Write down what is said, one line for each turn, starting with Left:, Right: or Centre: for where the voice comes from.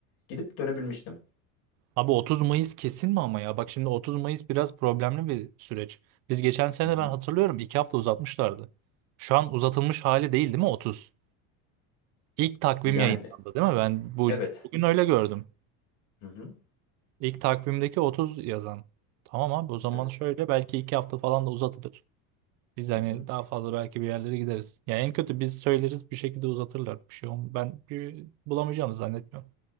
Left: gidip dönebilmiştim.
Right: Abi 30 Mayıs kesin mi ama ya? Bak şimdi 30 Mayıs biraz problemli bir süreç. Biz geçen sene
Left: Hı hı.
Right: ben hatırlıyorum 2 hafta uzatmışlardı. Şu an uzatılmış hali değil değil mi 30? İlk takvim
Left: Yani
Right: yayınlandı değil mi? Ben bu
Left: evet.
Right: bugün öyle gördüm.
Left: Hı hı.
Right: İlk takvimdeki 30 yazan. Tamam abi o zaman
Left: Evet.
Right: şöyle belki iki hafta falan da uzatılır. Biz hani
Left: Hı hı.
Right: daha fazla belki bir yerlere gideriz. Ya en kötü biz söyleriz bir şekilde uzatırlar. Bir şey olm- ben bir bulamayacağımı zannetmiyorum.